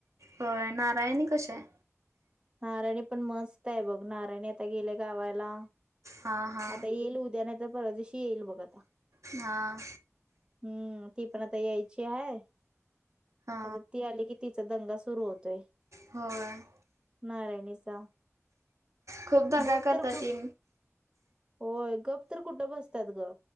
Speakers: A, on the right; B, on the right.
A: होय नारायणी कशीय?
B: नारायणी पण मस्तय बघ नारायणी आता गेली गावाला.
A: हा हा
B: आता येईल उद्या नाही तर परवा दिवशी येईल बघ आता.
A: हां.
B: हम्म ती पण आता यायची हाय
A: हा
B: आता ती आली कि तिचा दंगा सुरू होतोय.
A: होय.
B: नारायणीचा
A: खूप दंगा
B: गप
A: करत्या
B: तर कु
A: ती.
B: होय गप तर कुठं बसत्यात ग?